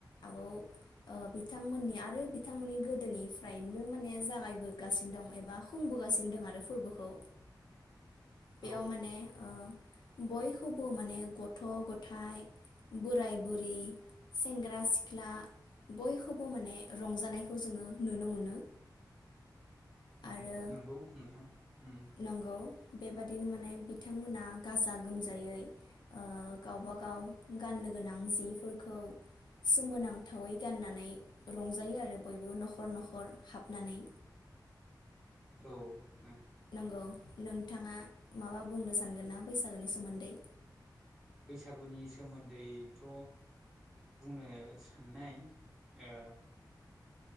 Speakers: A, on the left (about 75°); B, in the centre.
A: आबौ ओ बिथांमोननि आरो बिथांमोननि गोदोनिफ्रायनो माने जागायबोगासिनो दं एबा खुंबोगासिनो दं आरो फोरबोखौ बेयाव
B: औ
A: माने
B: नोंथां
A: ओ
B: औ
A: बयखौबो माने गथ' गथाइ बोराय बुरि सेंग्रा सिख्ला बयखौबो माने रंजानायखौ जोङो नुनो मोनो
B: उम
A: आरो
B: नंगौ नोंथां उम
A: नंगौ बेबादिनो माने बिथांमोना गाजा गोमजायै ओ गावबा गाव गाननो गोनां जिफोरखौ सोमोनांथावै गाननानै रंजायो आरो बयबो न'खर न'खर हाबनानै
B: औ
A: नंगौ नोंथाङा माबा बुंनो सानगोन ना बैसागोनि सोमोन्दै
B: बैसागुनि सोमोन्दैथ' बुंनो साननाय ओ